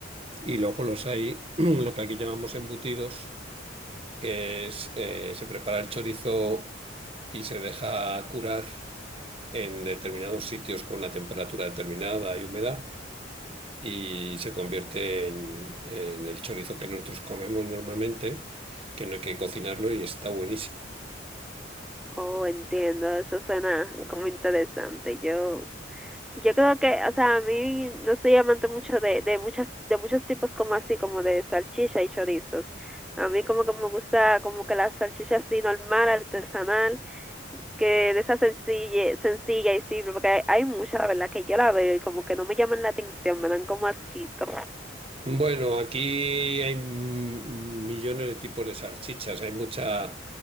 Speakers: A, on the right; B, in the centre.
A: Y luego los hay, <clears throat> lo que aquí llamamos embutidos, que es, eh, se prepara el chorizo y se deja curar en determinados sitios con una temperatura determinada y humedad y se convierte en, en el chorizo que nosotros comemos normalmente, que no hay que cocinarlo y está buenísimo.
B: Oh, entiendo, eso suena como interesante. Yo Yo creo que, o sea, a mí no soy amante mucho de, de muchas, de muchos tipos como así, como de salchicha y chorizos. A mí como que me gusta como que la salchicha así normal, artesanal, que de esa sencilla, sencilla y simple, porque hay, hay mucha, la verdad, que yo la veo y como que no me llaman la atención, me dan como asquito.
A: Bueno, aquí hay mm, millones de tipos de salchichas, hay mucha